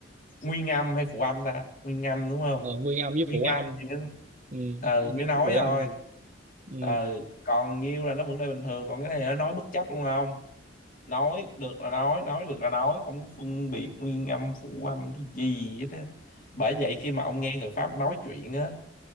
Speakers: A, on the left (about 45°); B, on the right (about 40°).
A: nguyên âm hay phụ âm ta nguyên âm đúng không
B: Ờ, nguyên âm với
A: nguyên
B: phụ
A: âm
B: âm
A: thì mới,
B: ừ.
A: ờ,
B: nguyên
A: mới nói
B: âm với phụ
A: thôi
B: âm ừ.
A: ờ, còn nhiêu là nó vẫn đây bình thường còn cái này nó nói bất chấp luôn không nói được là nói nói được là nói không có phân biệt nguyên âm phụ âm cái gì hết á bởi vậy khi mà ông nghe người Pháp nói chuyện á